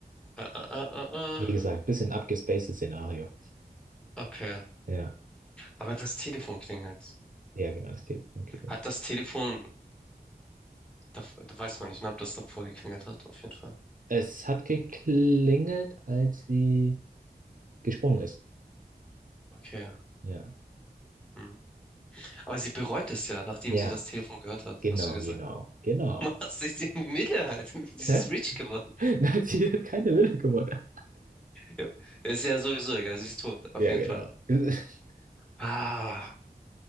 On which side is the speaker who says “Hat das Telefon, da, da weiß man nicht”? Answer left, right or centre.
Centre